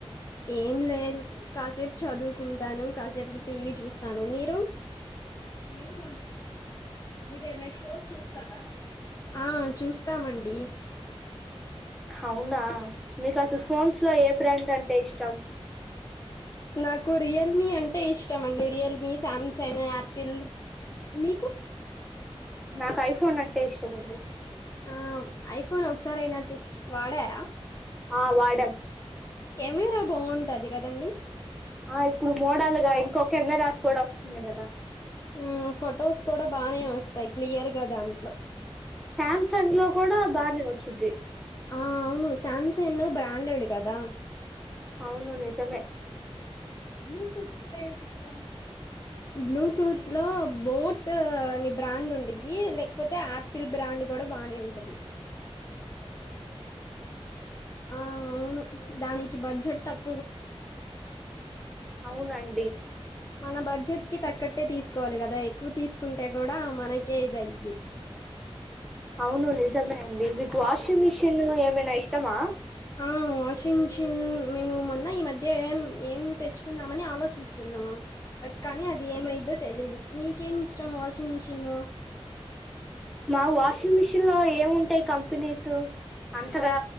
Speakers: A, on the left; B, in the centre.
A: ఏం లేదు కాసేపు చదువుకుంటాను, కాసేపు టీవీ చూస్తాను మీరు నేను అంతే. మీరెన్నా షో చూస్తారా? ఆ చూస్తామండి. <inaudible>
B: అవునా మీకు అసలు ఫోన్స్ లో ఏ బ్రాండ్ అంటే ఇష్టం
A: నాకు రియల్మీ అంటే ఇష్టం అండి రియల్మీ సామ్సంగ్ యాపిల్ మీకు
B: నాకు ఐఫోన్ అంటే ఇష్టమండి
A: ఆ ఐఫోన్ ఒకసారి అయినా తెచ్చి వాడారా
B: ఆ వాడాం
A: కెమెరా బాగుంటది గదండి <inaudible>
B: ఆ ఇప్పుడు మోడల్ గా ఇంకో కెమెరాస్ కూడా వస్తున్నాయి కదా
A: హమ్ ఫొటోస్ కూడా బానే వస్తాయి క్లియర్గా దాంట్లో
B: సామ్ సాంగ్లో కూడా బాగానే వచ్చింది
A: ఆ అవును శామ్సంగ్ బ్రాండెడ్ కదా
B: అవును నిజమే
A: బ్లూటూత్ ఏమి ఇష్టం. బ్లూటూత్ లో బోట్ అని బ్రాండ్ ఉండిది లేకపోతే ఆపిల్ బ్రాండ్ కూడా బానే ఉంటది.
B: హా
A: ఆ అవును
B: <inaudible>
A: దానికి బడ్జెట్ తక్
B: అవునండి
A: మన బడ్జెట్ కి తగ్గట్టే తీసుకోవాలి కదా ఎక్కువ తీసుకుంటే కూడా మనకే ఇది అయిద్ది
B: అవును నిజమే అండి మీకు వాషింగ్ మిషిన్ ఏమైనా ఇష్టమా
A: ఆ వాషింగ్ మిషిన్ మేము మొన్న ఈ మధ్య దే ఏం ఏం తెచ్చుకుందామని ఆలోచిస్తున్నా బట్ కానీ అది ఏమైద్దో తెలీదు మీకేం ఇష్టం వాషింగ్ మిషనలో
B: మా వాషింగ్ మిషిన్ లో ఏముంటాయి కంపెనీస్ అంతగా